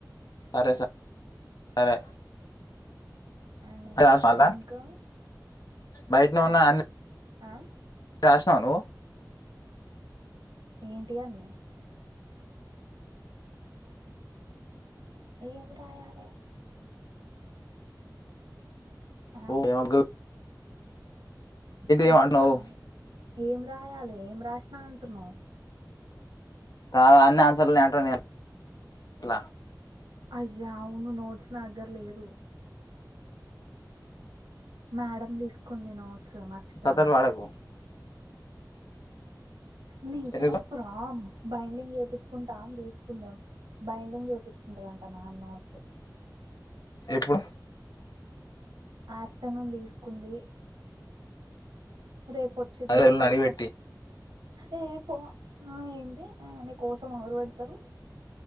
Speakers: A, on the left (about 60°); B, on the right (about 85°).
A: అరే స సరే
B: ఆ
A: అ సాల
B: ఇంకా
A: బైట ను ఉన్నా అ
B: ఆ
A: రాషినవ నువ్వు
B: ఏంటి అన్ని? ఏం రాయలే ఆ
A: ఓ ఏ <unintelligible> గు
B: అంత
A: ఏమంటున్నావు
B: సగం. ఏమ్ రాయాలి. ఏం రాసినా అంటున్నావ్?
A: కా అన్ని ఆన్సర్లు నీ దాంట్ల
B: అయ్యా అవును నోడ్స్ నా దగ్గర లేదు మేడం తీసుకుంది నో సో మార్చిపోయినా.
A: కథలు వాడకు
B: నిజం
A: ఎందుకు
B: ప్రమ్ బైండింగ్ చేయిపించ్కుంటం తీసుకుందాం బైండింగ్ చేయించుకుంటదంటా మ్యామ్ నోట్స్
A: ఎప్పుడు?
B: ఆఫ్టర్నూన్ తీసుకుంది. రేపు వచ్చి
A: అదే
B: తీసుకో
A: వాళ్ళని అడిగిపెట్టి
B: న ఏ పో అ ఎంది అ కోసం ఆరు పెడతారు